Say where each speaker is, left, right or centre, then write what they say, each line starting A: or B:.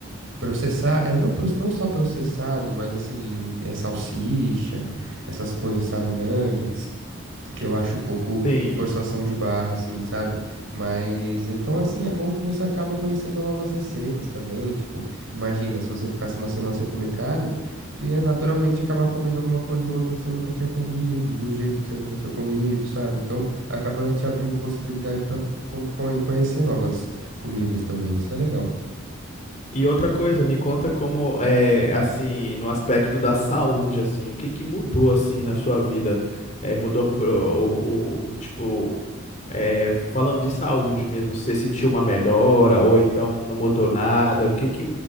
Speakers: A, on the right (about 70°); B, on the left (about 35°).
A: processar, é, não, pro- não só processado, mas assim, é, salsicha, essas coisas, sabe? Nuggets que eu acho um pouco
B: Sim.
A: forçação de barra, assim, sabe? Mas então, assim, é bom que você acaba conhecendo novas receitas também. Tipo, imagina, se você ficasse uma semana sem comer carne, tu ia naturalmente acabar comendo alguma coisa ou outra que você nunca tinha comido, de um jeito que você nunca tinha comido, sabe? Então, acaba te abrindo possibilidade para conhecer novas comidas também. Isso é legal.
B: E outra coisa, me conta como é assim, no aspecto da saúde, assim, o que que mudou assim na sua vida? É, mudou pro, o, o- tipo, é, falando de saúde mesmo, você sentiu uma melhora ou então não mudou nada? O que que